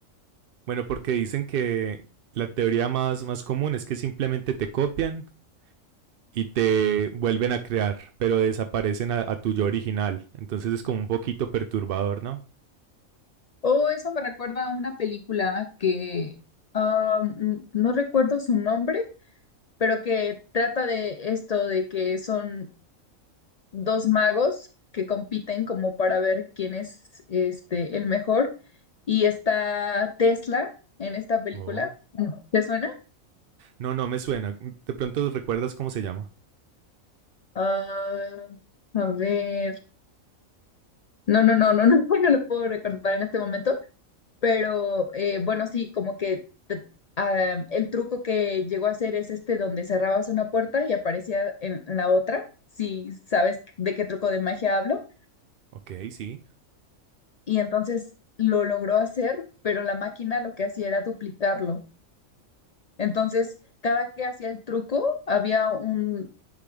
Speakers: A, on the right; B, on the left.
A: Bueno, porque dicen que la teoría más, más común es que simplemente te copian y te vuelven a crear, pero desaparecen a, a tu yo original. Entonces es como un poquito perturbador, ¿no?
B: Oh, eso me recuerda a una película que ah, mm, no recuerdo su nombre, pero que trata de esto, de que son dos magos que compiten como para ver quién es este el mejor. Y está Tesla en esta película.
A: Oh.
B: Mm, ¿Te suena?
A: No, no me suena. De pronto recuerdas cómo se llama.
B: Ah, a ver. No, no, no, no, no, <laughs> no lo puedo recordar en este momento. Pero eh, bueno, sí, como que te- ah, el truco que llegó a hacer es este donde cerrabas una puerta y aparecía en la otra, si sabes de qué truco de magia hablo.
A: Ok, sí.
B: Y entonces lo logró hacer, pero la máquina lo que hacía era duplicarlo. Entonces, cada que hacía el truco, había un